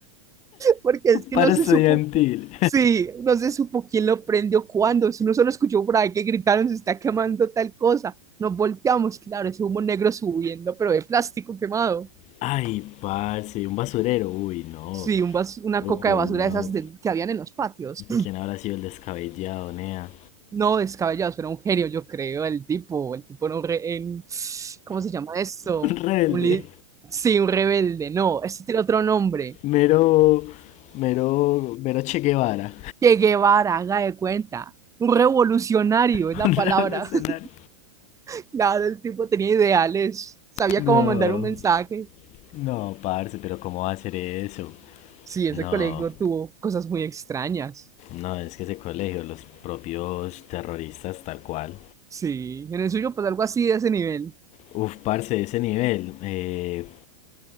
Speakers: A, on the right (about 20°); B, on the left (about 40°).
A: porque es que
B: Paro
A: no se
B: estudiantil.
A: supo, sí, no se supo quién lo prendió cuándo. Eso uno solo escuchó por ahí que gritaron, se está quemando tal cosa. Nos volteamos, claro, ese humo negro subiendo, pero de plástico quemado.
B: <laughs> Ay, parce, un basurero. Uy, no.
A: Sí, un bas- una
B: Uy,
A: coca de basura
B: no.
A: de esas de- que habían en los patios.
B: ¿Quién habrá sido el descabellado, nea?
A: No descabellados, pero un genio, yo creo, el tipo, el tipo no re- en, ¿cómo se llama esto?
B: Un rebelde.
A: Un li- sí, un rebelde, no, este tiene otro nombre.
B: Mero, mero, mero Che Guevara.
A: Che Guevara, haga de cuenta. Un revolucionario es
B: <laughs>
A: la
B: Un
A: palabra.
B: revolucionario.
A: <laughs> Claro, el tipo tenía ideales, sabía
B: No,
A: cómo mandar un mensaje.
B: no, parce, pero ¿cómo va a hacer eso?
A: Sí, ese
B: No,
A: colegio tuvo cosas muy extrañas.
B: no, es que ese colegio, los propios terroristas tal cual.
A: Sí, en el suyo, pues algo así de ese nivel.
B: Uf, parce, ese nivel. eh,